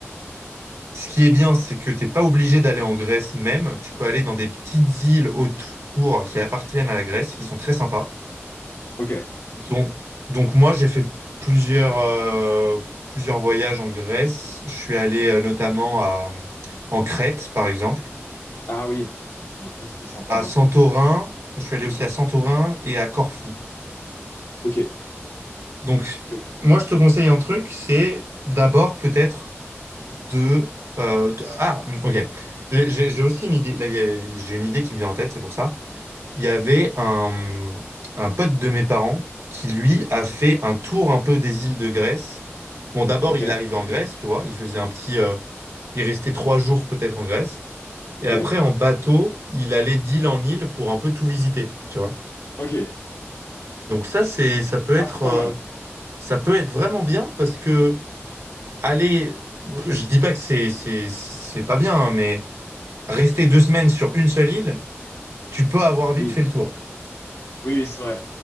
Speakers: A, on the right (about 75°); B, on the left (about 80°).
A: Ce qui est bien, c'est que t'es pas obligé d'aller en Grèce même. Tu peux aller dans des petites îles autour qui appartiennent à la Grèce, qui sont très sympas.
B: ok.
A: Donc, donc moi, j'ai fait plusieurs, euh, plusieurs voyages en Grèce. Je suis allé euh, notamment à, en Crète, par exemple,
B: Ah oui, j'ai entendu que c'était sympa.
A: à
B: hein.
A: Santorin. Je suis allé aussi à Santorin et à Corfou.
B: Ok,
A: Donc,
B: ok, ok,
A: moi, je te conseille un truc, c'est d'abord peut-être de, euh, de- Ah, ok. J'ai j'ai- j'ai aussi une idée. Là, il y a- j'ai une idée qui me vient en tête, c'est pour ça. il y avait un, un pote de mes parents qui, lui, a fait un tour un peu des îles de Grèce. Bon, d'abord,
B: ok,
A: il arrivait en Grèce, tu vois, il faisait un petit... euh, il restait trois jours peut-être en Grèce.
B: ok,
A: Et après, en bateau, il allait d'île en île pour un peu tout visiter, tu vois.
B: ok.
A: Donc ça, c'est, ça peut
B: Ah,
A: être,
B: c'est pas
A: euh,
B: mal.
A: ça peut être vraiment bien parce que aller, je dis pas que c'est, c'est, c'est pas bien, hein, mais rester deux semaines sur une seule île, tu peux avoir vite
B: Oui,
A: fait le tour.
B: oui, oui, c'est vrai.